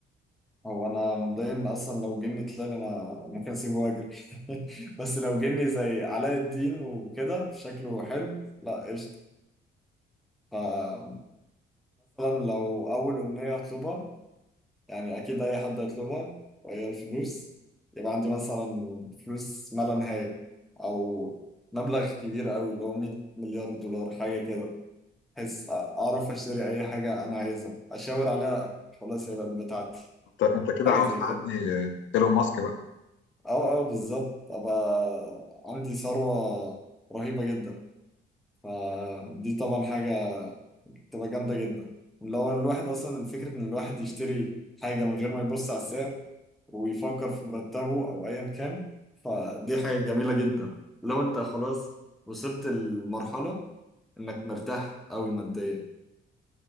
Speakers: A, in the centre; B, on the left.
A: هو انا مبدئيا اصلا لو جني طلال انا ممكن اسيبه واجري <laughs> بس لو جني زي علاء الدين وكده شكله حلو لا قشطه فمثلا لو اول امنيه اطلبها يعني اكيد اي حد هيطلبها وهي الفلوس يبقى عندي مثلا فلوس ما لا نهايه او مبلغ كبير قوي اللي هو 100 مليار دولار حاجه كده بحيث اعرف اشتري اي حاجه انا عايزها اشاور عليها خلاص هيبقى بتاعتي
B: انت انت كده
A: حاجه
B: عاوز
A: زي
B: تعدي
A: كده
B: آه، ايلون ماسك بقى
A: اه اه بالظبط ابقى عندي ثروة رهيبة جدا فدي طبعا حاجة تبقى جامدة جدا اللي هو الواحد اصلا فكرة ان الواحد يشتري حاجة من غير ما يبص على السعر ويفكر في مرتبه او ايا كان فدي حاجة جميلة جدا لو انت خلاص وصلت لمرحلة انك مرتاح قوي ماديا